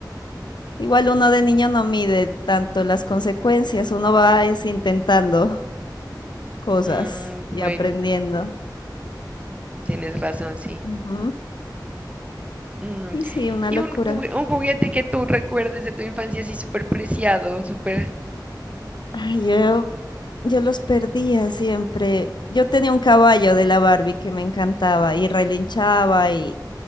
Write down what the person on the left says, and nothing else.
Igual uno de niño no mide tanto las consecuencias, uno va es intentando <laughs> cosas
y aprendiendo.
Ujú.
Y sí, una
locura.
Ay, yo, yo los perdía siempre. Yo tenía un caballo de la Barbie que me encantaba y relinchaba y,